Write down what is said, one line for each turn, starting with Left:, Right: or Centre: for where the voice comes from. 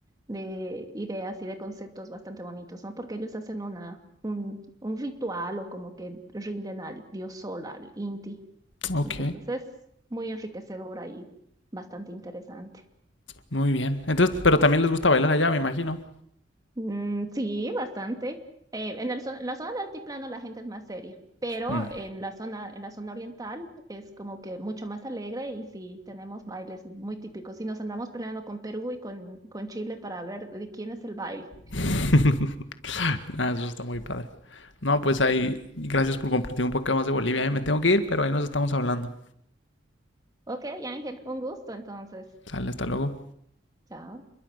Right: de ideas y de conceptos bastante bonitos, ¿no? Porque ellos hacen una, un ritual o como que rinden al dios Sol, al Inti.
Left: ok.
Right: Entonces es muy enriquecedora y bastante interesante.
Left: Muy bien. Entonces, pero también les gusta bailar allá, me imagino.
Right: Mm, sí, bastante. Eh, en el zo- en la zona del altiplano la gente es más seria, pero
Left: Mm.
Right: en la zona, en la zona oriental es como que mucho más alegre y sí tenemos bailes muy típicos. Y nos andamos peleando con Perú y con, con Chile para ver de quién es el baile.
Left: <laughs> Ah, eso está muy padre. No, pues ahí, gracias por compartir un poco más de Bolivia. ¿eh? Me tengo que ir, pero ahí nos estamos hablando.
Right: Ok, Ángel, un gusto entonces.
Left: Sale, hasta luego.
Right: Chao.